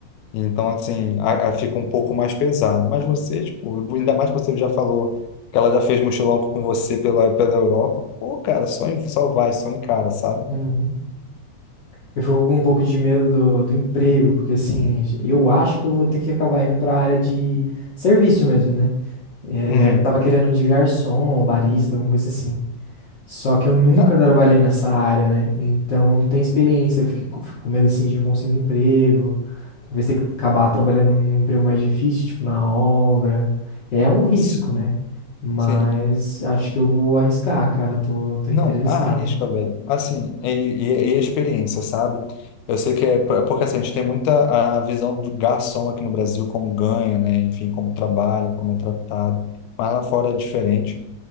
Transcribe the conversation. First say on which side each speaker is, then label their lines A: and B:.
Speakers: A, on the left; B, on the left.
A: Então, assim, a, a- fica um pouco mais pesado. Mas você, tipo, ainda mais que você já falou que ela já fez mochilão com você pela, pela Europa. Pô, cara, só, em- só vai, só encara, sabe?
B: Uhum. Eu fico com um pouco de medo do, do emprego, porque assim, eu acho que eu vou ter que acabar indo pra área de serviço mesmo, né? É,
A: Uhum.
B: E aí eu tava querendo um de garçom, ou barista, alguma coisa assim. Só que eu nunca
A: Cara,
B: trabalhei nessa área, né? Então não tenho experiência, eu fico, fico com medo assim de não conseguir um emprego. Talvez ter que acabar trabalhando num emprego mais difícil, tipo na obra. É um risco,
A: sim,
B: né? Mas
A: sim.
B: acho que eu vou arriscar, cara. Tô, tô
A: Não,
B: interessado.
A: arrisca, velho. Assim, e, e, e a experiência, sabe? Eu sei que é por- porque assim, a gente tem muita a visão do garçom aqui no Brasil, como ganha, né? Enfim, como trabalha, como é tratado. Mas lá fora é diferente.